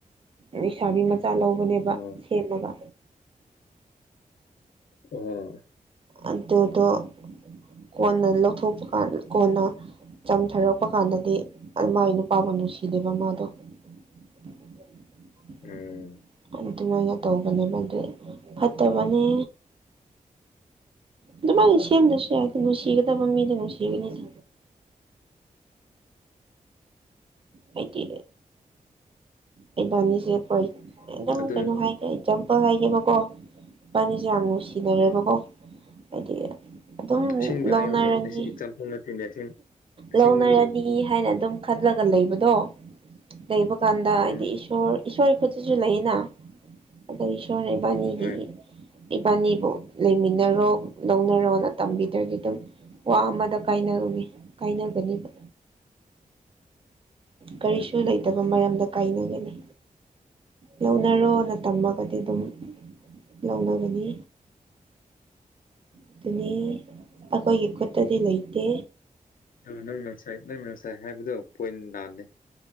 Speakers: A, on the right; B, on the left.
A: ꯂꯩꯩꯁꯥꯕꯤ ꯃꯆꯥ ꯂꯧ <unintelligible>
B: ꯑꯣ
A: ꯁꯦꯝꯃꯒ
B: ꯑꯣ
A: ꯑꯗꯨꯗꯣ ꯀꯣꯟꯅ ꯂꯧꯊꯣꯛꯄ ꯀꯥꯟ ꯀꯣꯟꯅ ꯆꯝꯊꯔꯛꯄ ꯀꯥꯟꯗꯗꯤ ꯃꯥꯏ ꯅꯨꯄꯥꯕꯨ ꯅꯨꯡꯁꯤꯗꯦꯕ ꯃꯥꯗꯣ <inaudible>
B: ꯎꯝ
A: ꯑꯗꯨꯃꯥꯏꯅ ꯇꯧꯕꯅꯦꯕ ꯑꯗꯨꯏ ꯐꯠꯇꯕꯅꯦ ꯑꯗꯨꯃꯥꯏꯅ ꯁꯦꯝꯗꯁꯨ ꯌꯥꯏ ꯀꯩꯅꯣ ꯅꯨꯡꯁꯤꯒꯗꯕ ꯃꯤꯗꯤ ꯅꯨꯡꯁꯤꯒꯅꯤꯗ ꯍꯥꯏꯗꯤ ꯂꯩꯕꯥꯅꯤ <inaudible> ꯁꯦ ꯑꯩꯈꯣꯏꯝ
B: ꯑꯗꯨ
A: ꯀꯩꯅꯣ ꯍꯥꯏ ꯑꯦꯖꯥꯝꯄꯜ ꯍꯥꯏꯒꯦꯕꯀꯣ ꯏꯄꯥꯅꯤꯁꯦ ꯌꯥꯝ ꯅꯨꯡꯁꯤꯅꯔꯦꯕꯀꯣ
B: ꯎꯝ
A: ꯍꯥꯏꯗꯤ ꯑꯗꯨꯝ
B: ꯑꯁꯦꯡꯕ
A: ꯂꯧꯅꯔꯅꯤ
B: ꯍꯥꯏꯌꯨꯅꯦ ꯑꯩꯁꯦ ꯑꯦꯛꯖꯥꯝꯄꯜ ꯅꯠꯇꯦꯅꯦ ꯑꯁꯦꯡ ꯑꯁꯦꯡꯕꯅꯤ
A: ꯂꯧꯅꯔꯅꯤ ꯍꯥꯏꯅ ꯑꯗꯨꯝ ꯈꯜꯂꯒ ꯂꯩꯕꯗꯣ ꯂꯩꯕ ꯀꯥꯟꯗ
B: ꯎꯝ
A: ꯍꯥꯏꯗꯤ ꯏꯁꯣꯔ ꯏꯁꯣꯔ ꯈꯨꯠꯇꯁꯨ ꯂꯩꯌꯦꯅ ꯑꯗꯒꯤ ꯏꯁꯣꯔꯅ ꯏꯕꯥꯅꯤꯒꯤ
B: ꯍꯣꯏ
A: ꯏꯕꯥꯟꯅꯤꯕꯨ ꯂꯩꯃꯤꯟꯅꯔꯣ ꯂꯧꯅꯔꯣꯅ ꯇꯝꯕꯤꯗ꯭ꯔꯗꯤ ꯑꯗꯨꯝ ꯋꯥ ꯑꯃꯗ ꯀꯥꯏꯅꯔꯨꯅꯤ ꯀꯥꯏꯅꯒꯅꯤꯕ ꯀꯔꯤꯁꯨ
B: ꯎꯝ
A: ꯂꯩꯇꯕ ꯃꯔꯝꯗ ꯀꯥꯏꯅꯒꯅꯤ ꯂꯧꯅꯔꯣꯅ ꯇꯝꯃꯒꯗꯤ ꯑꯗꯨꯝ ꯂꯧꯅꯒꯅꯤ ꯑꯗꯨꯅꯤ ꯑꯩꯈꯣꯏꯒꯤ ꯈꯨꯠꯇꯗꯤ ꯂꯩꯇꯦ
B: ꯑꯗꯨꯒ ꯅꯪꯅ ꯉꯥꯁꯥꯏ ꯅꯪꯅ ꯉꯥꯁꯥꯏ ꯍꯥꯏꯕꯗꯣ ꯄꯣꯏꯟ ꯂꯥꯜꯂꯦ